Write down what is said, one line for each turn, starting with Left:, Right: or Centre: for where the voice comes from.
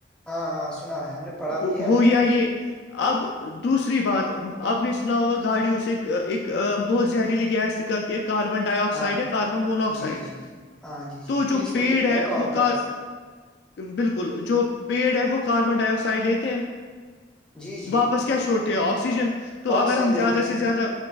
Centre: ہاں ہاں سنا ہے ہم نے پڑھا بھی
Left: ہو
Centre: ہے
Left: ہو یہ اب دوسری بات اب نے سنا ہوگا گاڑیوں سے ایک بہت زہریلی گیس لتی ہے کاربن ڈائی آکسائڈک
Centre: ہاں
Left: کاربن موناکسائڈ
Centre: جی جی جی ہاں جی جی
Left: تو
Centre: انگلش
Left: جو
Centre: میں
Left: پیڑ
Centre: کہتے
Left: ہے
Centre: ہیں کاربن
Left: وہ ک
Centre: ڈائی آکسائڈ
Left: بالکل جو پیڑ ہے وہ کاربن ڈائی آکسائڈ لیتے ہیں
Centre: جی جی
Left: واپس کیا چھوڑتے ہو آکسیجن تو اگر
Centre: آکسیجن
Left: ہم زیادہ
Centre: دیتے
Left: سے
Centre: ہیں
Left: زیادہ